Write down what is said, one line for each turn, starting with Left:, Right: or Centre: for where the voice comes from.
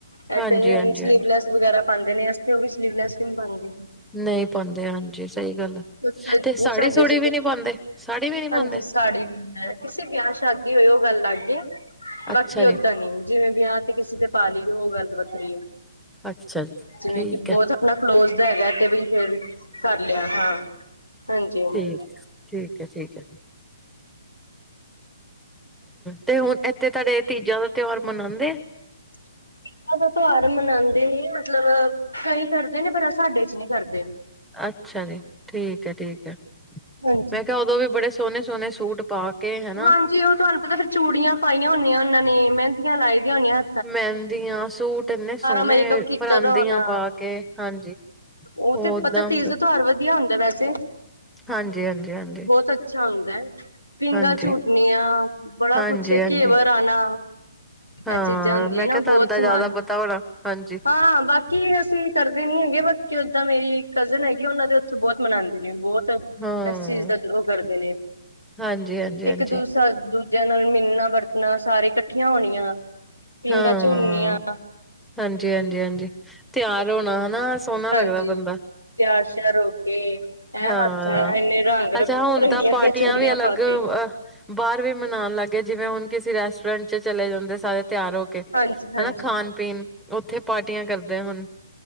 Left: ਐ
Centre: ਹਾਂਜੀ
Left: ਕਈ ਆ
Centre: ਹਾਂਜੀ
Left: ਨੁੰ ਸਲੀਵ
Centre: ਹਾਂਜੀ
Left: ਲੈਸ ਵਗੈਰਾ ਪਾਉਂਦੇ ਨੇ, ਇਸ ਤੇ ਉਹ ਵੀ ਸਲੀਵਲੈਸ ਵੀ ਪਾਉਂਦੇ ਨੇ,
Centre: ਨਹੀਂ ਪਾਉਂਦੇ, ਹਾਂਜੀ ਸਹੀ ਗੱਲ
Left: ਕਿਉਂਕਿ
Centre: ਤੇ ਸਾੜੀ
Left: ਸਾਡੇ
Centre: ਸੁੜੀ
Left: ਚ
Centre: ਵੀ ਨਹੀਂ ਪਾਉਂਦੇ। ਸਾੜੀ ਵੀ ਨੀ
Left: ਹਾਂਜੀ
Centre: ਪਾਉਂਦੇ
Left: ਸਾੜੀ ਵੀ ਨੀ ਆ, ਕਿਸੇ ਵਿਆਹ ਸ਼ਾਦੀ ਹੋਏ, ਉਹ ਗੱਲ ਲੱਗ ਐ। ਬਾਕੀ
Centre: ਅੱਛਾ
Left: ਓਦਾਂ
Centre: ਜੀ,
Left: ਨੀ ਜਿਵੇ, ਵਿਆਹ ਤੇ ਕਿਸੇ ਤੇ ਪਾ ਲਈ ਉਹ ਗੱਲ ਵੱਖਰੀ ਆ।
Centre: ਅੱਛਾ ਜੀ,
Left: ਜਿਵੇਂ
Centre: ਠੀਕ
Left: ਕਿ ਬਹੁਤ
Centre: ਹੈ।
Left: ਆਪਣਾ ਕਲੋਜ਼ ਦਾ ਹੈਗਾ, ਤੇ ਵੀ ਫਿਰ ਕਰ ਲਿਆ ਹਾਂ। ਹਾਂਜੀ ਹਾਂਜੀ
Centre: ਠੀਕ-ਠੀਕ ਹੈ ਠੀਕ ਹੈ। ਤੇ ਹੁਣ ਇੱਥੇ ਤੁਹਾਡੇ ਤੀਜਾ ਦਾ ਤਿਉਹਾਰ ਮਨਾਉਂਦੇ ਆ।
Left: <unintelligible> ਗਤਾ ਦਾ ਤਿਉਹਾਰ ਮਨਾਉਂਦੇ ਨੇ, ਮਤਲਬ ਕਈ ਕਰਦੇ ਨੇ ਪਰ ਸਾਡੇ ਚ ਨਹੀਂ ਕਰਦੇ।
Centre: ਅੱਛਾ ਜੀ ਠੀਕ ਹੈ, ਠੀਕ ਹੈ
Left: ਹਾਂਜੀ
Centre: ਮੈਂ ਕਿਹਾ ਉਦੋਂ ਵੀ ਬੜੇ ਸੋਹਣੇ ਸੋਹਣੇ ਸੂਟ ਪਾ ਕੇ, ਹਨਾ
Left: ਹਾਂਜੀ ਉਹ ਤੁਹਾਨੂੰ ਪਤਾ, ਫਿਰ ਚੂੜੀਆਂ ਪਾਈਆਂ ਹੁੰਦੀਆਂ, ਉਹਨਾਂ ਨੇ ਮਹਿੰਦੀਆਂ ਲਾਈ ਦੀਆਂ ਹੋਈਆਂ।
Centre: ਮਹਿੰਦੀਆਂ ਸੂਟ ਇੰਨੇ, ਸੋਹਣੇ
Left: ਮੇਕਅਪ ਕੀਤਾ
Centre: ਪਰਾਂਦੀਆਂ
Left: ਦਾ ਹੋਣਾ
Centre: ਪਾ ਕੇ ਹਾਂਜੀ।
Left: ਉਹ
Centre: ਓਦਾਂ
Left: ਤੇ ਪਤਾ ਤੀਜ
Centre: ਹੁੰਦਾ
Left: ਦਾ ਤਿਉਹਾਰ ਵਧੀਆ ਹੁੰਦਾ ਵੈਸੇ,
Centre: ਹਾਂਜੀ, ਹਾਂਜੀ, ਹਾਂਜੀ।
Left: ਬਹੁਤ ਅੱਛਾ ਹੁੰਦਾ, ਪੀਗਾਂ
Centre: ਹਾਂਜੀ,
Left: ਝੂਟਣੀਆਂ ਬੜਾ
Centre: ਹਾਂਜੀ,
Left: ਕੁਛ
Centre: ਹਾਂਜੀ।
Left: ਕੇਵਰ ਆਣਾ
Centre: ਹਾਂ
Left: ਇਹ ਚੀਜ਼ਾਂ ਹੁੰਦੀਆਂ
Centre: ਮੈਂ
Left: ਨਾ
Centre: ਕਿਹਾ,
Left: ਬਹੁਤ
Centre: ਤੁਹਾਨੂੰ ਤਾਂ
Left: ਸਮਾਨ
Centre: ਜ਼ਿਆਦਾ ਪਤਾ ਹੋਣਾ ਹਾਂਜੀ।
Left: ਹਾਂ ਬਾਕੀ ਅਸੀਂ ਕਰਦੇ ਨੀ ਹੈਗੇ, ਬਾਕੀ ਉੱਦਾਂ ਮੇਰੀ ਕਜ਼ਨ ਹੈਗੀ, ਉਹਨਾਂ ਦੇ ਉੱਥੋਂ ਬਹੁਤ ਮਨਾਉਂਦੇ ਨੇ ਬਹੁਤ
Centre: ਹਾਂ।
Left: ਇਸ ਚੀਜ਼ ਦਾ ਉਹ ਕਰਦੇ ਨੇ,
Centre: ਹਾਂਜੀ, ਹਾਂਜੀ, ਹਾਂਜੀ
Left: ਇੱਕ ਦੂਸਰਾ ਦੂ ਨਾਲ ਮਿਲਣਾ, ਵਰਤਣਾ ਸਾਰੇ ਇਕੱਠੀਆਂ ਹੋਣੀਆਂ ਪੀਂਘਾਂ
Centre: ਹਾਂ।
Left: ਝੂਨੀਆਂ
Centre: ਹਾਂਜੀ, ਹਾਂਜੀ, ਹਾਂਜੀ, ਤਿਆਰ ਹੋਣਾ ਹਨਾ ਸੋਹਣਾ
Left: ਹਾਂਜੀ
Centre: ਲੱਗਦਾ, ਬੰਦਾ
Left: ਤਿਆਰ ਸ਼ਿਆਰ ਹੋ ਕੇ ਹੈਂ
Centre: ਹਾਂ
Left: ਹੱਥਾਂ ਇੰਨੇ ਰੰਗ
Centre: ਅੱਛਾ ਹੁਣ
Left: ਰੰਗੀਆਂ
Centre: ਤਾਂ ਪਾਰਟੀਆਂ
Left: ਦੀਆਂ ਚੂੜੀਆਂ
Centre: ਵੀ ਅਲੱਗ
Left: ਪਾ ਕੇ
Centre: ਬਾਹਰ ਵੀ ਮਨਾਉਣ ਲੱਗ ਗਏ ਜਿਵੇਂ, ਹੁਣ ਕਿਸੇ ਰੈਸਟੋਰੈਂਟ ਚ ਚਲੇ ਜਾਂਦੇ ਸਾਰੇ, ਤਿਆਰ ਹੋ ਕੇ
Left: ਹਾਂਜੀ ਹਾਂਜੀ
Centre: ਹਨਾ, ਖਾਣ-ਪੀਣ ਉੱਥੇ ਪਾਰਟੀਆਂ ਕਰਦੇ ਹੁਣ